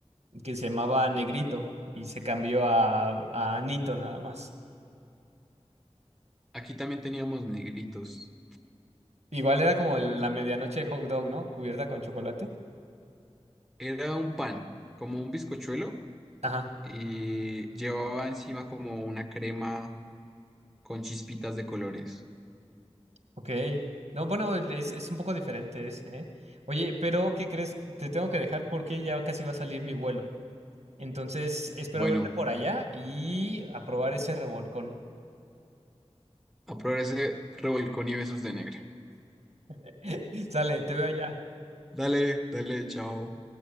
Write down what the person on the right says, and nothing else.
que se llamaba Negrito y se cambió a, a Anito nada más.
Igual era como el- la medianoche de hot dog, ¿no? Cubierta con chocolate.
Ajá,
ok. No, bueno, es, es un poco diferente ese, ¿eh? Oye, pero ¿qué crees? Te tengo que dejar porque ya casi va a salir mi vuelo. Entonces, espero
verte por allá y aprobar ese revolcón.
<laughs> Sale, te veo allá.